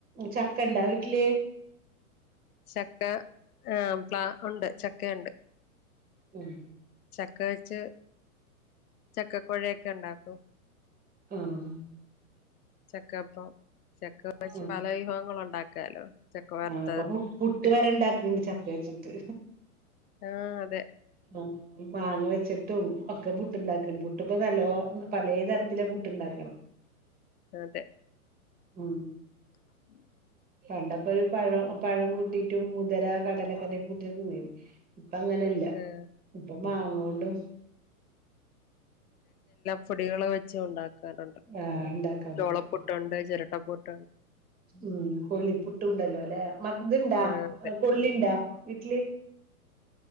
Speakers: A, on the right; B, on the left.
A: ചക്ക ഇണ്ടാ വീട്ടില്
B: ചക്ക ആഹ് പ്ല ഉണ്ട് ചക്ക ഉണ്ട്.
A: ഉം
B: ചക്ക വച്ച് ചക്കക്കൊഴയൊക്കെ ഉണ്ടാക്കും
A: ആഹ്
B: ചക്കപ്പം ചക്ക വെച്ച്
A: ആ
B: പല വിഭവങ്ങൾ ഉണ്ടാക്കാലോ ചക്ക വറുത്തത്
A: ആ ഇപ്പൊ പു പുട്ട് വരെ ഉണ്ടാക്കും ചെരട്ട വച്ചിട്ട്
B: ആഹ് അതെ
A: ആ മാങ്ങ വെച്ചിട്ടും ക്കെ പുട്ട്ണ്ടാക്കണ് പുട്ട് ഇപ്പൊ നലോ പലേ തരത്തില പുട്ട്ണ്ടാക്കണ്
B: അതെ
A: ഉമ്
B: <inaudible>
A: പണ്ടപ്പോ ഒരു പഴം പഴം കൂട്ടിട്ടും മുതിര, കടലൊക്കെ, കൂട്ടിട്ട് തിന്നിന് ഇപ്പ അങ്ങനെല്ല
B: അതെ
A: ഇപ്പൊ മാങ്ങ കൊണ്ടും
B: പൊടികൾ വെച്ച് ഉണ്ടാക്കാറുണ്ട്
A: ആഹ് ഉണ്ടാക്കാൻ
B: ചോളപ്പുട്ടുണ്ട്,
A: പറ്റും
B: ചിരട്ടപ്പുട്ട്
A: ഉം കൊള്ളി പുട്ടും ഉണ്ടല്ലോ അല്ലെ ഉം ഇതുണ്ടാ
B: ആഹ് അതെ
A: കൊള്ളിണ്ടാ വീട്ടില്